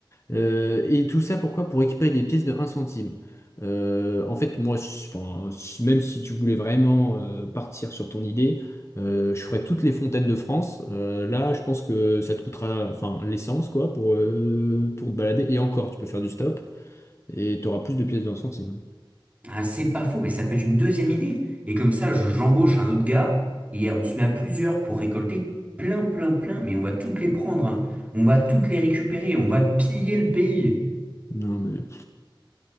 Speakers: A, on the left (about 30°); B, on the right (about 15°).
A: Euh, et tout ça pourquoi? Pour récupérer des pièces de un centime. Euh, en fait, moi, si- enfin, si- même si tu voulais vraiment euh, partir sur ton idée, euh, je ferais toutes les fontaines de France. Euh, là, je pense que ça te coûtera, enfin, l'essence, quoi, pour, euh, pour te balader. Et encore, tu peux faire du stop et tu auras plus de pièces de un centime.
B: Ah, c'est pas faux, mais ça peut être une deuxième idée. Et comme ça, je- j'embauche un autre gars et on se met à plusieurs pour récolter plein, plein, plein. Mais on va toutes les prendre. hein. On va toutes les récupérer. On va piller le pays.
A: Non, mais